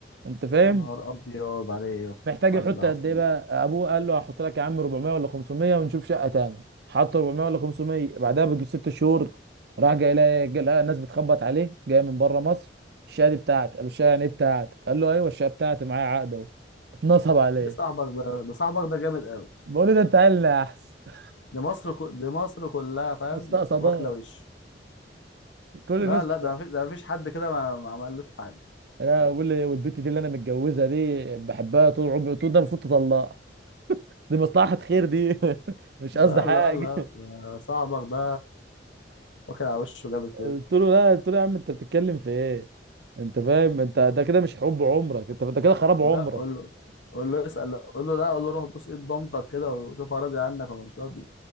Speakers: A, on the right; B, on the left.
A: انت فاهم
B: يا نهار ابيض عليه
A: محتاج
B: وعلى
A: يحط
B: اللي
A: قد
B: حصل
A: ايه بقى
B: له
A: ابوه قال له هحط لك يا عم 400 ولا 500 ونشوف شقه تاني حط 400 ولا 500 بعدها بيجي ست شهور راح جاي لقى جاي لقى الناس بتخبط عليه جاي من بره مصر الشقه دي بتاعتي قال له الشقه يعني ايه بتاعتك قال له ايوه الشقه بتاعتي معايا عقد اهو اتنصب عليه
B: ده صاحبك ده ده صاحبك ده جامد قوي
A: بقول له ده انت عيلنا يا احسن <laughs>
B: دي مصر كو... دي مصر كلها فاهم
A: مستقصداه
B: واكله وش
A: كل
B: لا
A: الناس
B: لا ده مفيش ده مفيش حد كده ما, ما عملوش حاجه
A: انا اقول لي والبت دي اللي انا متجوزها دي بحبها طول عمري قلت له ده المفروض تطلقها دي مصلحة خير دي <laughs> مش
B: لا
A: قصدي حاجة
B: لا لا ده صاحبك ده واكل على وشه جامد
A: قلت
B: كده
A: له لا قلت له يا عم انت بتتكلم في ايه انت فاهم انت ده كده مش حب عمرك انت انت كده خراب
B: لا
A: عمرك
B: قول له قول له اسال قول له لا قول له روح بوس ايد بامتك كده وشوف هو راضي عنك ولا مش راضي